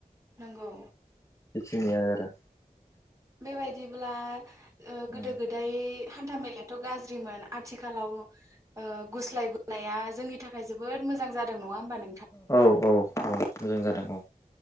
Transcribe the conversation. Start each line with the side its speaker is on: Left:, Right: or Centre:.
Right: नंगौ
Left: सिनिओरो
Right: बेबायदिब्ला ओ गोदो
Left: उम
Right: गोदाय हान्था मेलायाथ' गाज्रिमोन आथिखालाव ओ गुस्लायबोनाया जोंनि थाखाय जोबोद मोजां जादों नङा होमबा नों
Left: औ औ औ मोजां जादों औ